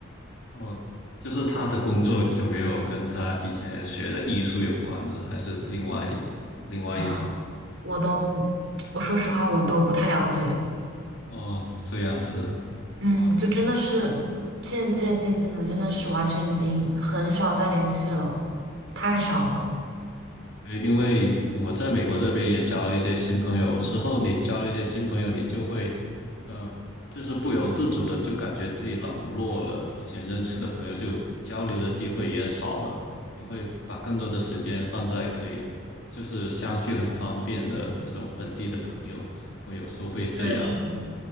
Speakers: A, on the left; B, on the right.
A: 哦，就是他的工作有没有跟他以前学的艺术有关呢？还是另外另外一种？
B: 哇，我都，<tsk> 我说实话，我都不太了解。
A: 哦，这样子。
B: 嗯，就真的是渐渐渐渐的，真的是完全已经很少再联系了，太少了。
A: 对，因为我在美国这边也交了一些新朋友，有时候你交了一些新朋友，你就会，呃，就是不由自主的就感觉自己冷落了之前认识的朋友，就交流的机会也少了。你会把更多的时间放在可以就是相聚很方便的这种本地的朋友，我有时候会这样。
B: 确实。